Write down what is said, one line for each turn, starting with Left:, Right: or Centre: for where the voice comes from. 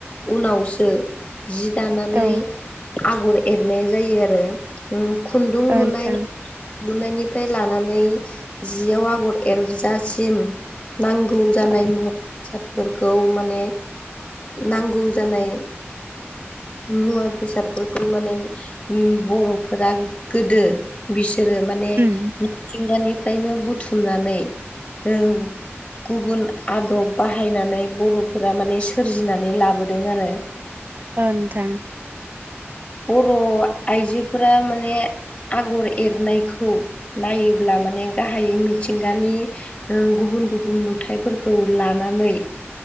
Left: उनावसो जि दानानै
Right: औ
Left: आगर एरनाय जायो आरो खुन्दुं
Right: औ
Left: लुनाय
Right: नोंथां
Left: लुनायनिफ्राय लानानै जियाव आगर एरजासिम नांगौ जानाय
Right: औ
Left: मुवा बेसादफोरखौ माने नांगौ जानाय मुवा बेसाद फोरखौ माने बर'फोरा गोदो बिसोरो माने
Right: उम
Left: मिथिंगानिफ्रायनो बुथुमनानै औ गुबुन आदब बाहायनानै बर'फोरा माने सोरजिनानै लाबोदों आरो
Right: ओ नोंथां
Left: बर' आइजोफोरा माने आगर एरनायखौ नायोब्ला माने गाहाय मिथिंगानि नों गुबुन गुबुन नुथाइफोरखौ लानानै